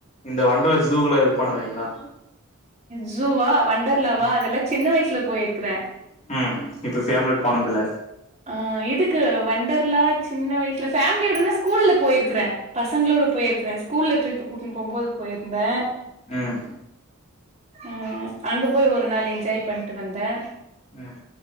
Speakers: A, on the left; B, on the right.
A: இந்த வண்டலூர் ஜூக்குள்ள இருப்பானுங்க தெரியுங்களா
B: ஜூவா வண்டர்லாவா
A: ம்
B: அதெல்லா சின்ன வயசுல போயிருக்கறே
A: ம் இப்ப ஃபேமிலியோட போனது இல்ல
B: ஆ இதுக்கு வண்டர்லா சின்ன வயசுல ஃபேமிலியோடனா ஸ்கூல்ல போயிருக்கறே பசங்களோட போயிருக்கறே ஸ்கூல்ல ட்ரிப் கூட்டின் போம் போது போயிருந்தே
A: ம்
B: ம் அங்க போய் ஒரு நாள் என்ஜாய் பண்ட்டு வந்தே
A: ம்